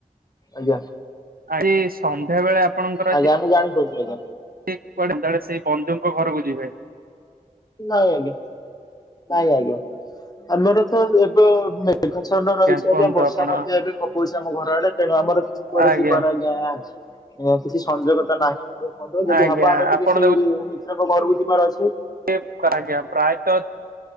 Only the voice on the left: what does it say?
ଆଜ୍ଞା।
ଆଜ୍ଞା
ଆମେ ଜାଣିପାରୁଛୁ ଆଜ୍ଞା।
ନାଇଁ ଆଜ୍ଞା ନାଇଁ ଆଜ୍ଞା ଆମର ତ ଏବେ ମେଘଛନ୍ନ ରହିଛି
ଆଜ୍ଞା ବର୍ଷା
ମଧ୍ୟ ଏବେ ପକଉଛି ଆମ ଘର ଆଡେ ତେଣୁ ଆମର କୁଆଡେ
ଯିବାର ଆଜ୍ଞା କିଛି ସଂଯୋଗ ତ ନାହିଁ। ଯଦି
ହବ ଆମେ ଟିକେ
ସେଇ ମିତ୍ରଙ୍କ ଘରକୁ ଯିବାର ଅଛି।